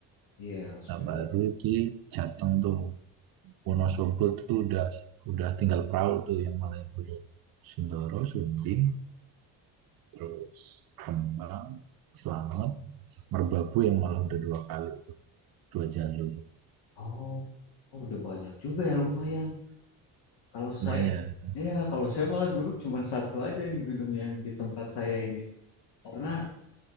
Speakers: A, on the left (about 75°); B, on the right (about 60°).
A: iya, ya, spek
B: Nah, baru
A: walk.
B: di Jateng tuh
A: Hmm.
B: Wonosobo tuh udah udah tinggal perahu tuh yang Malioboro, Sindoro, Sumbing, terus Kembang, Slamet, Merbabu yang malah udah dua kali tuh dua jalur
A: Oh, oh, udah banyak juga ya lumayan. Kalau
B: lumayan
A: saya Iya, kalau saya malah gunung cuma satu aja nih gunung yang di tempat saya ini. Karena